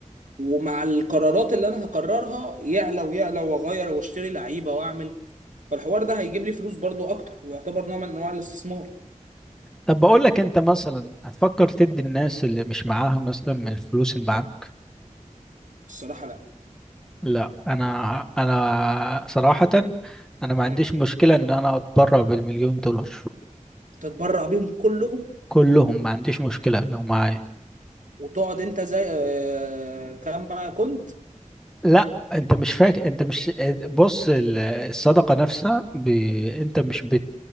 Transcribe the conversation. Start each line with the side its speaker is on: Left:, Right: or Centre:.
Right: ومع القرارات اللي انا هقررها يعلى ويعلى واغير واشتري لعيبة واعمل فالحوار ده هيجيب لي فلوس برضو اكتر ويعتبر نوع من انواع الاستثمار
Centre: طب بقول لك انت مثلا هتفكر تدي الناس اللي مش معاها مثلا من الفلوس اللي معاك
Right: الصراحة لا
Centre: لا انا انا صراحة انا ما
Right: مم.
Centre: عنديش مشكلة ان انا اتبرع بالمليون دولار
Right: تتبرع بيهم كلهم
Centre: كلهم ما عنديش مشكلة لو معايا
Right: وتقعد انت زي آه، كما كنت
Centre: لا انت مش فاكر انت مش بص ال- الصدقة نفسها ب... انت مش بت...